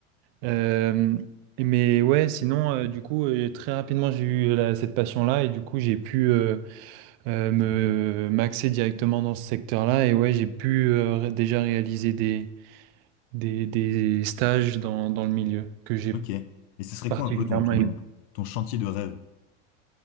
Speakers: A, on the right; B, on the left.
A: Euh, mais ouais, sinon, euh, du coup, euh, très rapidement, j'ai eu la- cette passion-là et du coup, j'ai pu euh, euh, me m'axer directement dans ce secteur-là. Et ouais, j'ai pu euh, ré- déjà réaliser des, des, des stages dans, dans le milieu que j'ai
B: Ok. Et ce serait
A: particulièrement
B: quoi un peu ton, ton,
A: aimé.
B: ton chantier de rêve?